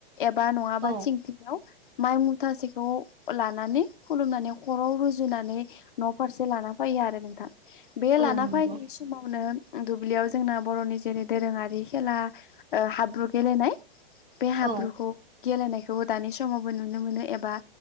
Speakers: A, on the left (about 60°); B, on the right (about 15°).
A: एबा नङाबा
B: औ
A: थिंख्लियाव माइ मुथासेखौ लानानै खुलुमनानै खर'वाव रुजुनानै न' फारसे लाना फैयो आरो नोंथां बे
B: औ
A: लाना
B: नंगौ
A: फैनाय समावनो दुब्लियाव जोंना बर'नि जेरै दोरोङारि खेला ओ हाब्रु गेलेनाय बे हाब्रुखौ
B: औ
A: गेलेनाय खौ दानि समाव बो नुनो मोन एबा